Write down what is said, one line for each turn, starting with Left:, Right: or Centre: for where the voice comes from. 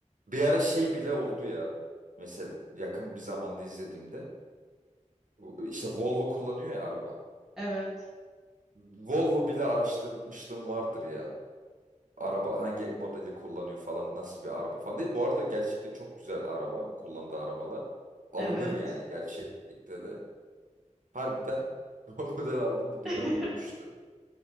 Right: Bir ara şey bile oldu ya. Mesela yakın bir zamanda izlediğimde bu- işte Volvo kullanıyor ya araba.
Centre: Evet.
Right: Volvo bile araştırmışlığım vardır ya. Araba hangi modeli kullanıyor falan nasıl bir araba falan diye. Bu arada gerçekten çok güzel araba. Kullandığı arabalar. Alınır
Centre: Evet.
Right: yani gerçekte de. Harbiden <laughs> rol model aldığım bir
Centre: <laughs>
Right: dönem olmuştu.